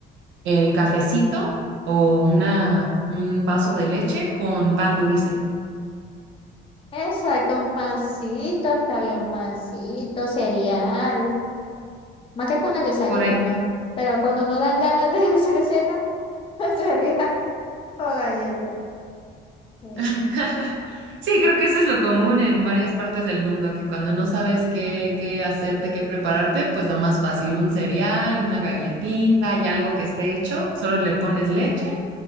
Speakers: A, on the right (about 65°); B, on the left (about 25°).
A: el cafecito o una, un vaso de leche con pan dulce.
B: Exacto, un pancito, está bien, un pancito, cereal. Más que todo en el desayuno,
A: Por ahí.
B: ¿no? Pero cuando no dan ganas de <laughs> hacer cena, <laughs> sería o galletas. Sí.
A: <laughs> Sí, creo que eso es lo común en varias partes del mundo, que cuando no sabes qué, qué hacerte, qué prepararte, pues lo más fácil, un cereal, una galletita y algo que esté hecho, solo le pones leche